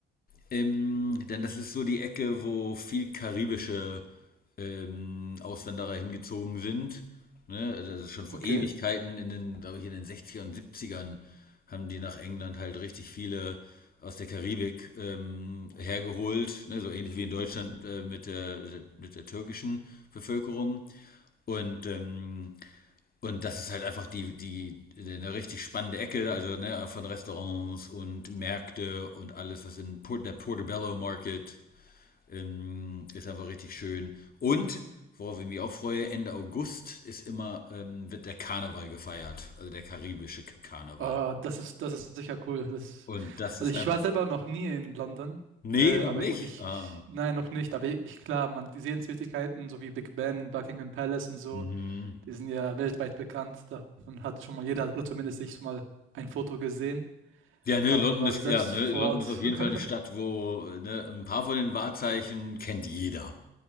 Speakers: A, on the left (about 50°); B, on the right (about 85°).
A: Ähm, denn das ist so die Ecke, wo viel karibische ähm, Auswanderer hingezogen sind. Ne? Also das ist schon vor
B: Okay.
A: Ewigkeiten, in den, glaube ich, in den 60ern und 70ern haben die nach England halt richtig viele aus der Karibik ähm, hergeholt, ne? so ähnlich wie in Deutschland äh, mit der, mit der türkischen Bevölkerung. Und ähm, und das ist halt einfach die, die, eine richtig spannende Ecke, also ne, von Restaurants und Märkte und alles, was in Port, der Portobello Market ähm, ist einfach richtig schön. Und, worauf ich mich auch freue, Ende August ist immer, ähm, wird der Karneval gefeiert, also der karibische K- Karneval.
B: Ah, das ist, das ist sicher cool. Das,
A: Und das
B: also
A: ist
B: ich
A: einfach,
B: war selber noch nie in London.
A: nee,
B: Äh,
A: noch
B: aber
A: nicht?
B: gut, ich,
A: Ah,
B: nein, noch nicht. Aber ich, klar, man, die Sehenswürdigkeiten, so wie Big Ben, Buckingham Palace und so,
A: mhm.
B: die sind ja weltweit bekannt. Davon hat schon mal jeder, oder zumindest ich, schon mal ein Foto gesehen.
A: Ja, ne,
B: Aber
A: London ist,
B: selbst
A: ja, ne,
B: vor
A: London
B: Ort,
A: ist auf jeden
B: <laughs>
A: Fall eine Stadt, wo, ne, ein paar von den Wahrzeichen kennt jeder.